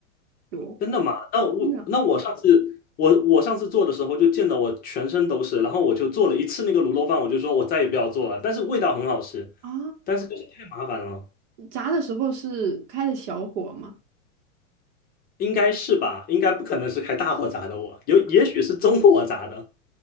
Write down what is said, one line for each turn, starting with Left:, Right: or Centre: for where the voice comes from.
Right: 油。
Left: 真的吗？那我那我上次我我上次做的时候就溅得我全身都是，
Right: 那
Left: 然后我就做了一次那个卤肉饭，我就说我再也不要做了，但是味道很好吃，
Right: 啊，
Left: 但是就是太麻烦了，
Right: 炸的时候是开的小火吗？
Left: 应该是吧？应该不可能是开大火炸的我，有也许是中火炸的，